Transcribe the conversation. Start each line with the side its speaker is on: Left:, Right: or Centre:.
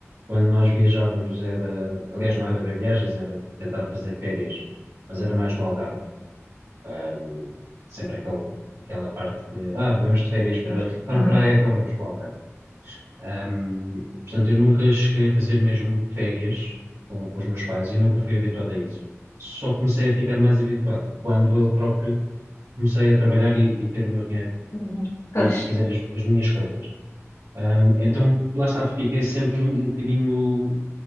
Right: Quando nós viajávamos era, aliás, não era bem viagens, era tentar fazer férias, mas era mais no Algarve. Ahm, sempre aquele, aquela parte de, ah, vamos de férias para,
Left: pois,
Right: para
Left: uhum.
Right: a praia, então vamos para o Algarve. Ahm, portanto, eu nunca cheguei a fazer mesmo férias com, com os meus pais e nunca fui habituado a isso. Só comecei a ficar mais habituado quando eu próprio comecei a trabalhar e, e ter o meu dinheiro
Left: Dinheiro. Pois.
Right: e, e fazer as, as minhas coisas. Ahm, então, lá está, fiquei sempre um bocadinho